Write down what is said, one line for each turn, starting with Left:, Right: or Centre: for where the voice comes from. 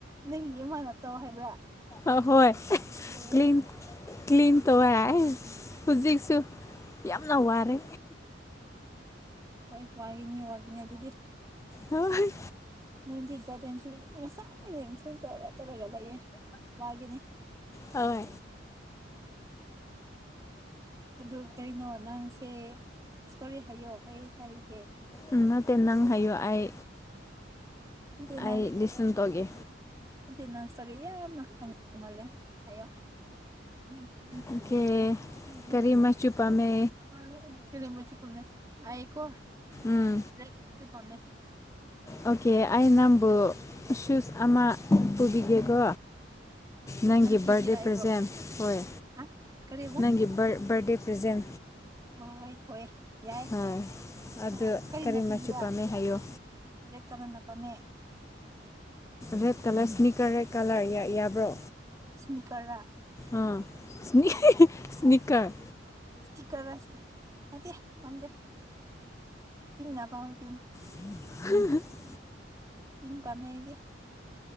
Right: ꯅꯪꯒꯤ ꯏꯃꯥꯅ ꯇꯧ ꯍꯥꯏꯕ꯭ꯔꯥ
Left: ꯑ ꯍꯣꯏ
Right: ꯑꯣ
Left: ꯀ꯭ꯂꯤꯟ ꯀ꯭ꯂꯤꯟ ꯇꯧꯋꯦ ꯍꯥꯏ ꯍꯨꯖꯤꯛꯁꯨ ꯌꯥꯝꯅ ꯋꯥꯔꯦ
Right: ꯍꯣꯏ ꯋꯥꯒꯅꯤ ꯋꯥꯒꯅꯤ ꯑꯗꯨꯗꯤ
Left: ꯍꯣꯏ
Right: ꯅꯗꯤꯒꯔꯗꯦꯟꯁꯤ ꯉꯁꯥꯏꯅ ꯏꯁꯤꯡ ꯇꯧꯔ ꯇꯧꯔꯒ ꯂꯩꯌꯦ ꯃꯥꯅꯦ
Left: ꯊꯣꯏ
Right: ꯑꯗꯨ ꯀꯩꯅꯣ ꯅꯪꯁꯦ ꯏꯁꯇꯣꯔꯤ ꯍꯥꯏꯌꯣ ꯑꯩ ꯀꯔꯤꯒꯦ
Left: ꯎꯪ ꯅꯠꯇꯦ ꯅꯪ ꯍꯥꯏꯌꯨ ꯑꯩ
Right: ꯅꯠꯇꯦ ꯅꯪ
Left: ꯑꯩ ꯂꯤꯁꯟ ꯇꯧꯒꯦ
Right: ꯅꯠꯇꯦ ꯅꯪ ꯏꯁꯇꯣꯔꯤ ꯌꯥꯝꯅ ꯈꯪꯕ ꯃꯥꯜꯂꯦ ꯍꯥꯏꯌꯣ <unintelligible>
Left: ꯑꯣꯀꯦ ꯀꯔꯤ ꯃꯆꯨ ꯄꯥꯝꯃꯦ
Right: ꯀꯩꯅꯣ ꯃꯆꯨ ꯄꯥꯝꯃꯦ ꯑꯩꯀꯣ
Left: ꯎꯝ
Right: ꯔꯦꯗ ꯃꯆꯨ ꯄꯥꯝꯃꯦ
Left: ꯑꯣꯀꯦ ꯑꯩ ꯅꯝꯕꯨ ꯁꯨꯁ ꯑꯃ ꯄꯨꯕꯤꯒꯦꯀꯣ ꯅꯪꯒꯤ
Right: ꯅꯪ ꯄꯤꯒꯦꯔꯥ
Left: ꯕꯥꯔꯗꯦ
Right: ꯑꯩꯕꯨ
Left: ꯄ꯭ꯔꯖꯦꯟ ꯍꯣꯏ
Right: ꯍꯥ ꯀꯔꯤꯕ
Left: ꯅꯪꯒꯤ ꯕꯔ ꯕꯔꯗꯦ ꯄ꯭ꯔꯖꯦꯟ
Right: ꯍꯣꯏ ꯍꯣꯏ ꯌꯥꯏꯌꯦ
Left: ꯍꯣꯏ ꯑꯗꯨ
Right: ꯀꯔꯤꯅ
Left: ꯀꯔꯤ
Right: ꯄꯤꯕ꯭ꯔꯥ
Left: ꯃꯆꯨ ꯄꯥꯝꯃꯦ ꯍꯥꯏꯌꯣ
Right: ꯔꯦꯠ ꯀꯗꯝꯅ ꯄꯝꯃꯦ
Left: red colour sneaker red colour ꯌꯥꯕ꯭ꯔꯣ
Right: ꯏꯁꯅꯤꯀꯔꯔꯥ
Left: ꯑ ꯏꯁꯅꯤ ꯏꯁꯅꯤꯀꯔ
Right: ꯏꯁꯇꯤꯀꯔ ꯔꯥꯏꯁꯅꯤ ꯅꯠꯇꯦ ꯄꯥꯝꯗꯦ ꯄꯤꯡꯅ ꯄꯥꯝ ꯄꯤꯡ
Left: <inaudible>
Right: ꯄꯤꯡ ꯄꯥꯝꯃꯦ ꯑꯩꯗꯤ